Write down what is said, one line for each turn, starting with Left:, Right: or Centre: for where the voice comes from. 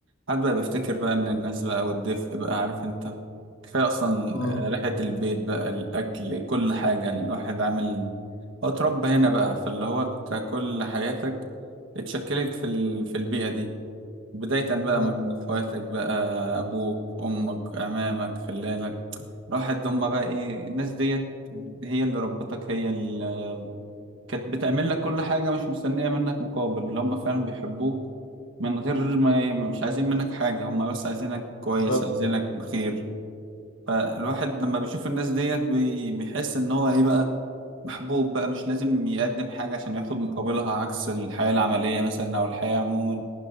Right: حد بقى بيفتكر بقى ان الناس بقى والدفء بقى عارف انت كفاية اصلا
Left: مم.
Right: آه، ريحة البيت بقى الاكل كل حاجة الواحد عامل هو اتربى هنا بقى فاللي هو انت كل حياتك اتشكلت في ال... في البيئة دي بداية بقى
Left: مم.
Right: من اخواتك بقى ابوك امك عمامك خلانك راحت هما بقى ايه الناس ديت هي اللي ربتك هي اللي كانت بتعمل لك كل حاجة مش مستنية منك مقابل اللي هما فعلا بيحبوك من غير ما مش عايزين منك حاجة هما بس عايزينك كويس
Left: بالظبط
Right: عايزينك بخير فالواحد لما بيشوف الناس ديت بي- بيحس ان هو ايه بقى محبوب بقى مش لازم يقدم حاجة عشان ياخد مقابلها عكس الحياة العملية مثلا او الحياة عموما